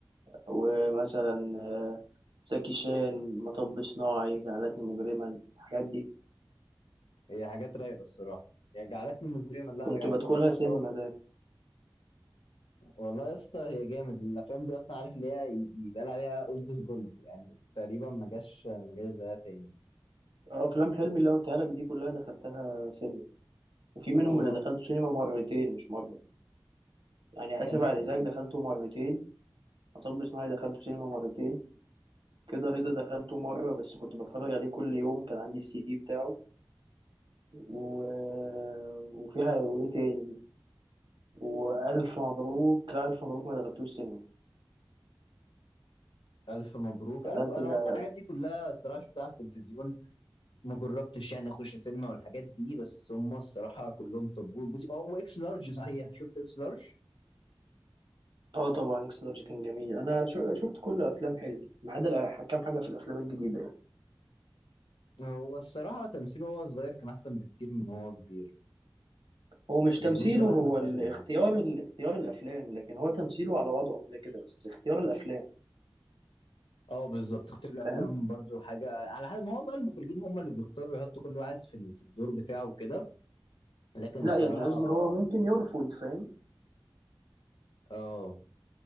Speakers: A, on the right; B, on the left.
A: ومثلا آه، زكي شان مطب صناعي جعلتني مجرما الحاجات دي
B: هي حاجات رايقه الصراحه هي جعلتني مجرما لا
A: كنت
B: ده جعلتني
A: بدخلها
B: مجرما
A: سينما
B: ده برضه
A: ده
B: والله يا اسطى هي جامد الافلام دي اصلا عارف اللي هي ي- يتقال عليها اولد از جولد يعني تقريبا ما جاش ما جاش زيها تاني
A: اه، افلام حلمي اللي انا قلتها لك دي كلها دخلتها سينما وفي
B: والله
A: منهم اللي دخلته سينما مرتين مش مره يعني
B: كمان
A: اسف على الازعاج دخلته مرتين مطب صناعي دخلته سينما مرتين كده رضا دخلته مره بس كنت بتفرج عليه كل يوم كان عندي السي دي بتاعه و... آه، وفيها وايه تاني والف مبروك لا الف مبروك ما دخلتوش سينما
B: الف مبروك
A: دخلت
B: الف انا
A: جا...
B: والله الحاجات دي كلها الصراحه شفتها على التلفزيون ما جربتش يعني اخش سينما والحاجات دي بس هم الصراحه كلهم طبول بس- اه واكس لارج صحيح شفت اكس لارج
A: اه طبعا اكس لارج كان جميل انا شو... شفت كل افلام حلمي ما عدا كام حاجه في الافلام الجديده
B: هو الصراحه تمثيله وهو صغير كان احسن بكتير من هو كبير
A: هو مش
B: بالنسبه
A: تمثيله
B: لاحمد
A: هو الاختيار
B: حلمي
A: الاختيار الافلام لكن هو تمثيله على وضعه كده كده بس اختيار الافلام
B: اه بالظبط اختيار الافلام
A: فاهم
B: برضو حاجه على حد ما هو بقى المخرجين هم اللي بيختاروا يحطوا كل واحد في ال- في الدور بتاعه وكده لكن
A: لا
B: الصراحه
A: يعني قصدي هو ممكن يرفض فاهم
B: اه